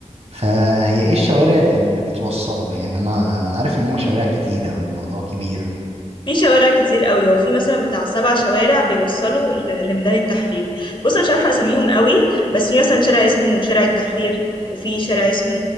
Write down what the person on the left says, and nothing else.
في شوارع كتير قوي هو في مثلا بتاع سبع شوارع بيوصلوا ل- لميدان التحرير بص انا مش عارفه اساميهم قوي بس في مثلا شارع اسمه شارع التحرير وفي شارع اسمه